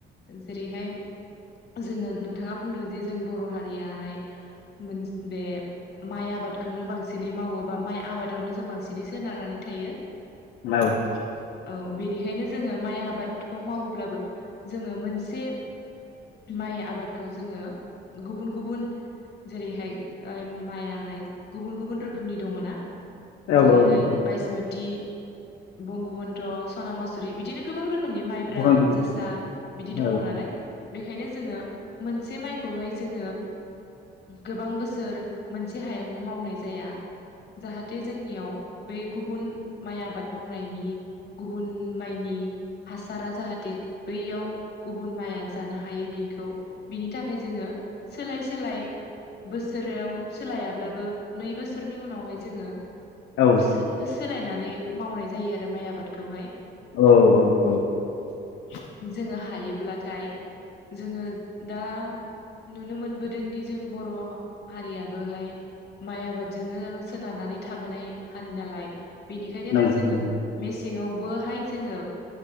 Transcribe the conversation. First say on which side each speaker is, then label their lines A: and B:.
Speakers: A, on the left; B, on the left.
A: जेरैहाय जों नोंथाङा बुंदों जे जों बर' हारियाहाय मोन बे माइ आबादखौनो बांसिन मावोबा माइ आबादावनो जों बांसिनै सोनारनानै थायो
B: <unintelligible>
A: औ बेनिखायनो जोङो माइ आबादखौ मावोब्लाबो जोङो मोनसे माइ आबादखौ जोङो गुबुन गुबुन जेरैहाय मायाहाय गुबुन गुबुन रोखोमनि दङ ना
B: औ
A: जेरैहाय
B: औ नंगौ
A: बायसमोति बंगबन्ध सना मासुरि बिदिनो गोबां रोखोम नि माइब्रा
B: गोबां
A: जोसा बिदि
B: औ
A: दङ नालाय बेखायनो जोङो मोनसे माइखौहाय जोङो गोबां बोसोर मोनसे हायावनो मावनाय जाया जाहा जोंनियाव बे गुबुन माइ आबाद मावनायनि गुबुन माइनि हासारा जाहाथे बैयाव गुबुन माया जानो हायि बि बिखौ बिनि थाखाय जोङो सोलाय सोलाय बोसोराव सोलायाब्लाबो नै बोसोरनि उनावहाय जोङो
B: औ
A: सोब सोलायनानै मावनाय जायो आरो माइ आबाद खौहाय
B: औ औ औ
A: जोङो हायोब्लाथाय जोङो दा नुनो मोनबोदोंदि जों बर' हारियाबोहाय माइ आबादजोंनो सोनारनानै थाबोनाय हारि नालाय बेनिखायनो
B: नंगौ
A: दा जोङो मेसेंङाव बोहाय जोङो